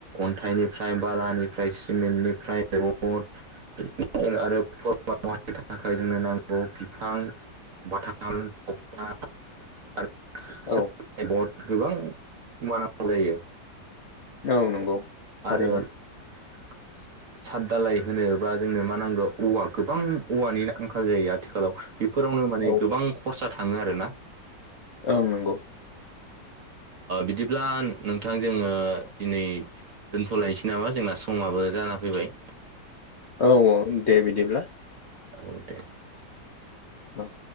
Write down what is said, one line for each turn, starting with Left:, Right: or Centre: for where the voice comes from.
Right: अन्थाइनिफ्राय बालानिफ्राय सिमेन्टनिफ्राय रड <unintelligible> थाखाय जोंनो नांगौ बिफां बाथाम थौता <unintelligible>
Left: औ
Right: गोबां गोमानांगौ जायो
Left: औ नंगौ थारैनो
Right: आरो <inaudible> साद दालाय होनोबा जोंनो मा नांगौ औवा गोबां औवानि आंखाल जायो आथिखालाव बेफोरावनो माने
Left: औ
Right: गोबां खरसा थाङो आरोना
Left: ओं नंगौ
Right: बिदिब्ला नोंथां जोङो दिनै दोन्थ'लायनोसै नामा जोंना समाबो जाना फैबाय
Left: औ औ दे बिदिब्ला
Right: औ दे
Left: औ